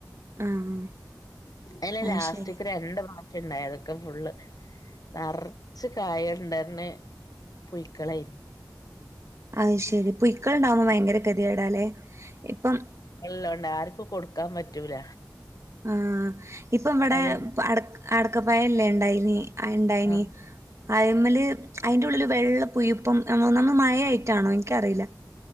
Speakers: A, on the right; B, on the left.
A: ആഹ്
B: അല്ല
A: അത്
B: ലാസ്റ്റിക്
A: ശരി
B: രണ്ട് ഉണ്ടായതൊക്കെ ഫുള്ള് നിറച്ച് കായുണ്ടന്നെ പുഴിക്കളായിരുന്നു
A: അഹ് ശെരി പുഴിക്കൾ ഉണ്ടാവുമ്പോ ഭയങ്കര കതിടല്ലേ ഇപ്പം
B: ല്ലോണ്ട് ആർക്കും കൊടുക്കാൻ പറ്റൂല
A: ആഹ് ഇപ്പം ഇവിടെ
B: അത്
A: അട അടക്കപ്പായല്ലേ ഉണ്ടായിന് ഉണ്ടായിന്
B: ആ
A: അയ്മല് അതിന്റെ ഉള്ളില് വെള്ളപുയുപ്പം ഒന്നാമത് മഴ ആയിട്ടാണോ എനിക്കറിയില്ല